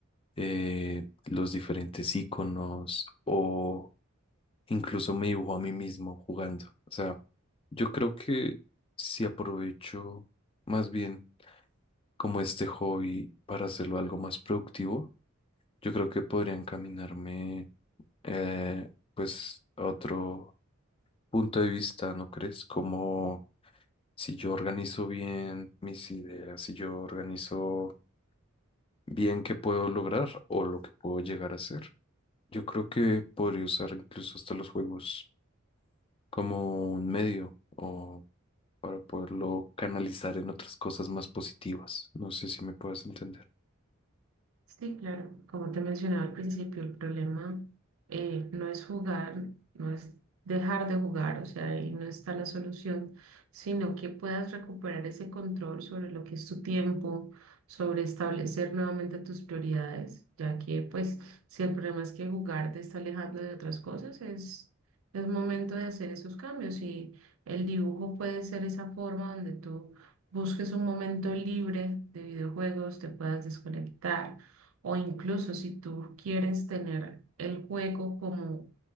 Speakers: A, on the left; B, on the right.
A: eh, los diferentes iconos o Incluso me dibujo a mí mismo jugando. O sea, yo creo que si aprovecho más bien como este hobby para hacerlo algo más productivo, yo creo que podría encaminarme eh, pues a otro punto de vista, ¿no crees? Como si yo organizo bien mis ideas, si yo organizo bien qué puedo lograr o lo que puedo llegar a hacer. Yo creo que podría usar incluso hasta los juegos como un medio o para poderlo canalizar en otras cosas más positivas. No sé si me puedas entender.
B: Sí, claro, como te mencionaba al principio, el problema eh, no es jugar, no es dejar de jugar, o sea, ahí no está la solución, sino que puedas recuperar ese control sobre lo que es tu tiempo, sobre establecer nuevamente tus prioridades, ya que pues si el problema es que jugar te está alejando de otras cosas, es, es momento de hacer esos cambios y el dibujo puede ser esa forma donde tú busques un momento libre de videojuegos, te puedas desconectar o incluso si tú quieres tener el juego como